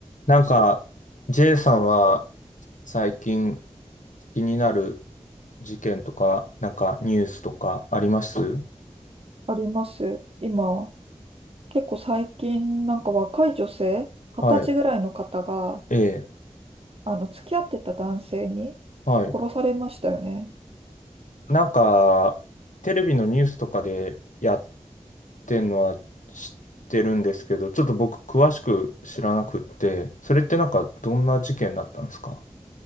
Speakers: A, on the left; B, on the right.
A: なんか、J さんは最近気になる事件とか、なんかニュースとかあります
B: あります。今、結構最近、なんか若い女性、二十歳ぐらいの方が、
A: はい。ええ。
B: あの、付き合ってた男性に殺されましたよね。
A: はい。なんか、テレビのニュースとかでやってんのは知ってるんですけど、ちょっと僕詳しく知らなくって、それってなんかどんな事件だったんですか